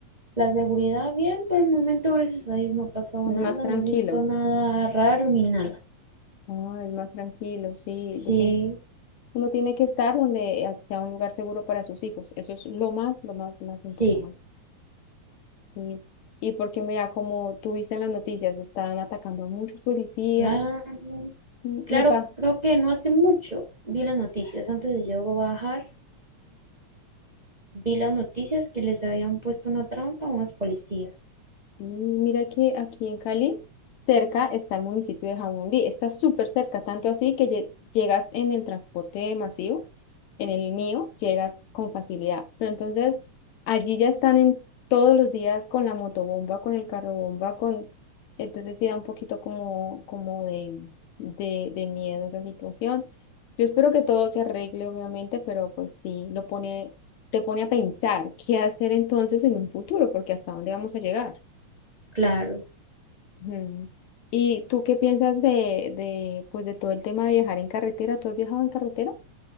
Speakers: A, on the right; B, on the left.
A: La seguridad bien, por el momento, gracias a Dios, no ha pasado
B: ¿Es
A: nada,
B: más tranquilo?
A: no he visto nada raro ni nada.
B: Ah, es más tranquilo, sí,
A: Sí,
B: definitivamente. Uno tiene que estar donde sea un lugar seguro para sus hijos. Eso es lo más, lo más, lo más
A: sí.
B: importante. Y, y porque mira, como tú viste en las noticias, están atacando a muchos policías.
A: Claro,
B: Mm,
A: claro,
B: Le pasa.
A: creo que no hace mucho vi las noticias, antes de yo bajar, vi las noticias que les habían puesto una trampa a unos policías.
B: Mm, Mira que aquí en Cali, cerca está el municipio de Jamundí. Está súper cerca, tanto así que lle- llegas en el transporte masivo, en el mío, llegas con facilidad. Pero entonces, allí ya están en todos los días con la motobomba, con el carrobomba, con... Entonces sí da un poquito como, como de, de, de miedo esa situación. Yo espero que todo se arregle, obviamente, pero pues sí, lo pone, te pone a pensar qué hacer entonces en un futuro, porque hasta dónde vamos a llegar.
A: Claro,
B: Ujú. ¿Y tú qué piensas de, de, pues de todo el tema de viajar en carretera? ¿Tú has viajado en carretera?